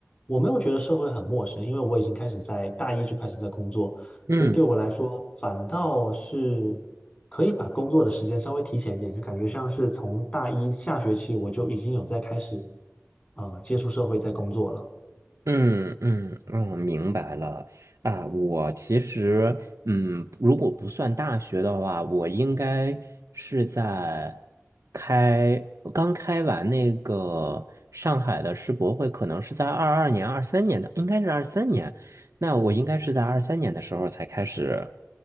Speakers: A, on the left; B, on the right.
A: 我没有觉得社会很陌生，因为我已经开始在大一就开始在工作，
B: 嗯
A: 所以对我来说反倒是可以把工作的时间稍微提前一点，就感觉像是从大一下学期我就已经有在开始呃接触社会在工作了。
B: 嗯嗯嗯，明白了啊。我其实，嗯，如果不算大学的话，我应该是在开刚开完那个上海的世博会，可能是在二二年、二三年的，应该是二三年。那我应该是在二三年的时候才开始